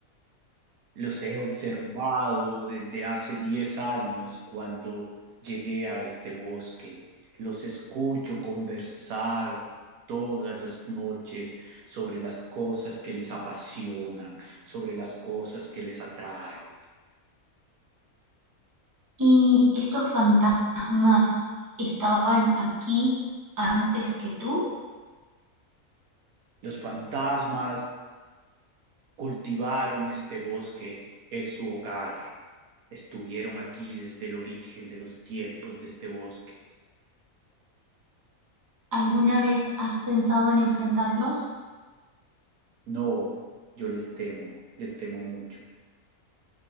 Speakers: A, on the right; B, on the right.
A: Los he observado desde hace 10 años cuando llegué a este bosque. Los escucho conversar todas las noches sobre las cosas que les apasionan, sobre las cosas que les atraen.
B: ¿Y estos fantasmas estaban aquí antes que tú?
A: Los fantasmas cultivaron este bosque, es su hogar. Estuvieron aquí desde el origen de los tiempos de este bosque.
B: ¿Alguna vez has pensado en enfrentarlos?
A: No, yo les temo, les temo mucho.